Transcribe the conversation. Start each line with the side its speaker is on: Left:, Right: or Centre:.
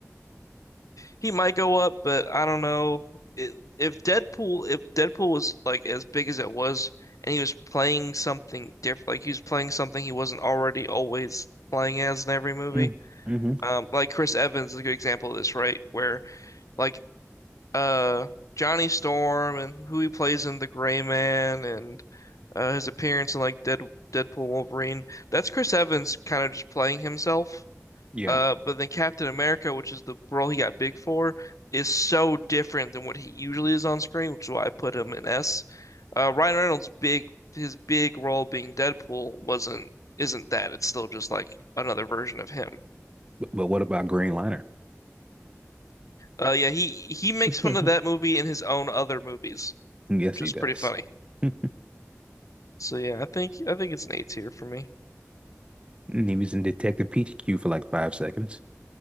Left: He might go up, but I don't know. It, if Deadpool, if Deadpool was like as big as it was, and he was playing something different, like he was playing something he wasn't already always playing as in every movie.
Right: <laughs> Mm-hmm.
Left: Um, like Chris Evans is a good example of this, right? Where like uh Johnny Storm and who he plays in The Gray Man and uh, his appearance in like Dead Deadpool Wolverine. That's Chris Evans kind of just playing himself.
Right: Yeah.
Left: Uh, but then Captain America, which is the role he got big for, is so different than what he usually is on screen, which is why I put him in S. Uh, Ryan Reynolds' big his big role being Deadpool wasn't isn't that. It's still just like another version of him.
Right: But, but what about Green Lantern?
Left: Uh, yeah, he he makes
Right: <laughs>
Left: fun of that movie in his own other movies,
Right: Yes,
Left: which
Right: he
Left: is
Right: does.
Left: pretty funny.
Right: <laughs> And
Left: So yeah, I think I think it's an A tier for me.
Right: he was in Detective Pikachu for like five seconds.